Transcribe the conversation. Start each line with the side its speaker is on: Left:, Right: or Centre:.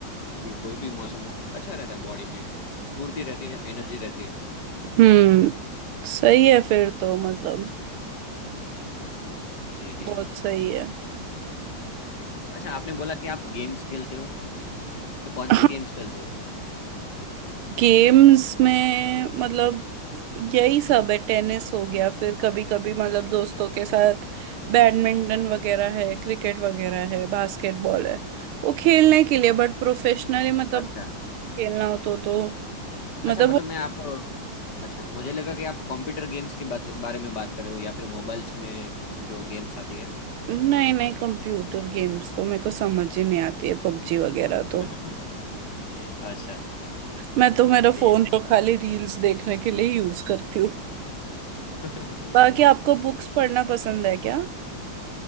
Left: भी कोई भी मौसम हो अच्छा रहता है बॉडी में स्फूर्ति रहती है एनर्जी रहती है
Right: हम्म सही है फिर तो मतलब
Left: जी जी
Right: बहुत सही है
Left: अच्छा आपने बोला कि आप गेम्स खेलते हो तो कौन
Right: हाँ,
Left: से गेम्स खेलते हो
Right: गेम्स में मतलब यही सब है टेनिस हो गया फिर कभी कभी मतलब दोस्तों के साथ बैडमिंटन वगैरह है क्रिकेट वगैरह है बास्केटबॉल है वो खेलने के लिए बट प्रोफेशनली मतलब
Left: अच्छा
Right: खेलना हो तो तो मतलब
Left: अच्छा मतलब
Right: वो
Left: मैं आप अच्छा मुझे लगा कि आप कंप्यूटर गेम्स के बात, बारे में बात कर रहे हो या फिर मोबाइल्स में जो गेम्स आती है
Right: नहीं नहीं कंप्यूटर गेम्स तो मेरे को समझ ही नहीं आती है पबजी वगैरह तो
Left: <laughs> अच्छा
Right: मैं तो मेरा
Left: सही
Right: फोन तो खाली रील्स देखने के लिए यूज करती हूँ
Left: है <laughs>
Right: बाकी आपको बुक्स पढ़ना पसंद है क्या